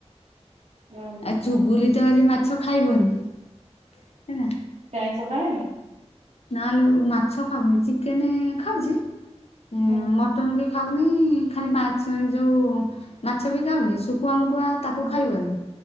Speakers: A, on the right (about 80°); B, on the left (about 60°).
A: ହୁଁ।
B: ଆଉ ଚୁଗୁଲି ତ ଆଜି ମାଛ ଖାଇବନି ହେଲା।
A: ସେ ଆଇଁଷ ଖାଏନି?
B: ନା ଲୋ ମାଛ ଖାଉନି ଚିକେନ ଖାଉଛି ଏ ମଟ
A: ହୁଁ
B: ମଟନ ବି ଖାଉନି ଖାଲି ଯୋଉ ମାଛ ବି ଖାଉନି ଶୁଖୁଆ ମୁଖୁଆ
A: ହୁଁ
B: ତାକୁ ଖାଇବନି